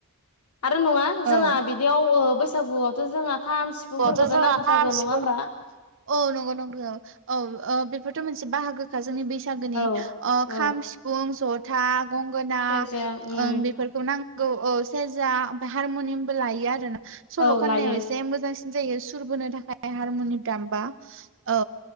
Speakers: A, on the left (about 80°); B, on the right (about 60°).
A: आरो नङा जोंहा
B: औ
A: बिदियाव ओ बैसागुआवथ' जोंहा खाम सिफुंफोरखौथ'
B: बआवथ' जोंहा
A: नांखाथारगोन
B: खाम सिफुं
A: नङा होनबा!
B: औ नंगौ नंगौ औ ओ बेफोरथ' मोनसे बाहागोखा जोंनि बै सागोनि
A: औ
B: अ खाम,
A: औ
B: सिफुं, जथा, गंगोना
A: सेरजा उम
B: ओं बेफोरखौ नां गौ औ सेरजा ओमफ्राय हारम'नियामबो लायो आरो ना सल'
A: औ
B: खननायाव
A: लायो
B: एसे मोजांसि न जायो सुर बोनो थाखाय हारमुनिम दामबा औ।